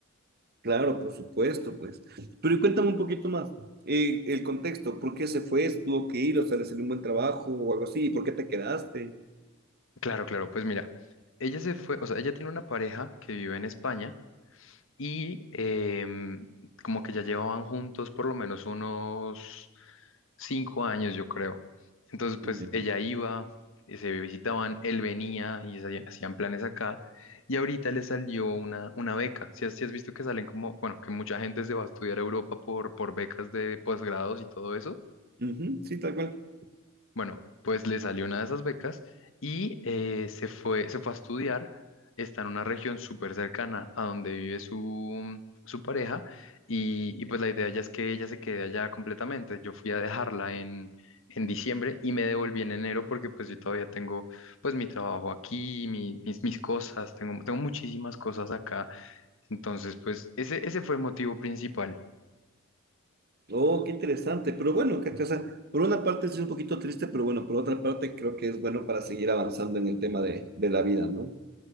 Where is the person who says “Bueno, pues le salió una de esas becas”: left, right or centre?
Left